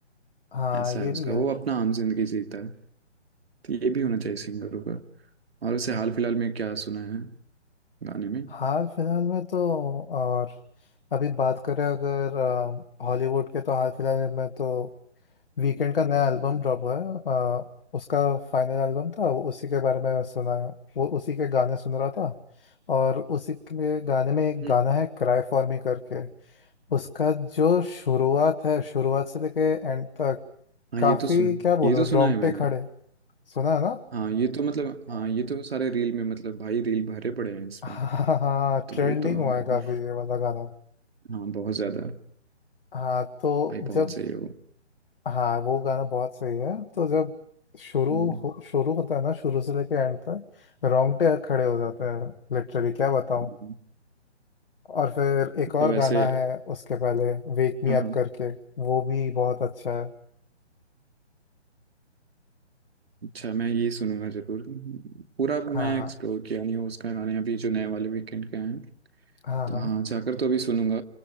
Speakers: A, on the left (about 50°); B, on the right (about 60°).
A: हाँ
B: ऐसा
A: ये
B: है उसका
A: भी है
B: वो अपना आम जिंदगी जीता है तो ये भी होना चाहिए सिंगरों का और उसे हाल फिलहाल में क्या सुना है गाने में
A: हाल फिलहाल में तो और अभी बात करें अगर अ, हॉलीवुड के तो हाल फिलहाल में तो वीकेंड का नया एल्बम ड्रॉप हुआ है अ, उसका फाइनल एल्बम था वो उसी के बारे में सुना वो उसी के गाने सुन रहा था और उसी के गाने में एक
B: हम्म,
A: गाना है क्राई फॉर मी करके उसका जो शुरुआत है शुरुआत से लेके एंड तक
B: हाँ
A: काफी
B: ये तो सुन
A: क्या बोलूं
B: ये तो सुना
A: रोंगटे
B: है मैंने
A: खड़े सुना है ना
B: हाँ ये तो मतलब हाँ ये तो सारे रील में मतलब भाई रील भरे पड़े हैं
A: <laughs>
B: इसमें
A: हाँ हाँ
B: तो
A: ट्रेंडिंग
B: वो तो हाँ
A: हुआ है काफी ये वाला गाना
B: हाँ बहुत ज्यादा
A: हाँ तो
B: भाई
A: जब
B: बहुत सही है वो
A: हाँ वो गाना बहुत सही है तो जब शुरू
B: हम्म,
A: हो, शुरू होता है ना शुरू से लेके एंड तक रोंगटे खड़े हो जाते हैं लिटरली क्या बताऊँ
B: हम्म।
A: और फिर एक और
B: तो वैसे
A: गाना है उसके पहले वेक मी
B: हाँ हाँ
A: अप करके वो भी बहुत अच्छा है
B: अच्छा मैं ये सुनूंगा जरूर पूरा
A: हाँ
B: मैं एक्सप्लोर किया नहीं हूँ उसका गाने अभी जो नए वाले वीकेंड के हैं
A: हाँ
B: तो
A: हाँ हाँ
B: हाँ जाकर तो अभी सुनूंगा